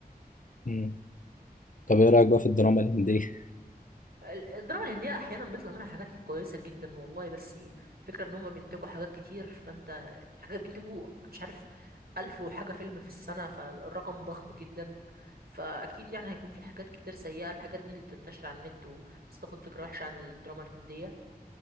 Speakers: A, on the left; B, on the right.
A: مم. طب ايه رأيك بقى في الدراما الهندية؟
B: ال- الدراما الهندية أحيانا بيطلع منها حاجات كويسة جدا والله بس فكرة إن هما بينتجوا حاجات كتير فأنت حاجات بينتجوا مش عارف ألف وحاجة فيلم في السنة فالرقم ضخم جدا فأكيد يعني هيكون في حاجات كتير سيئة الحاجات دي اللي بتنتشر على النت وبس تاخد فكرة وحشة عن الدراما الهندية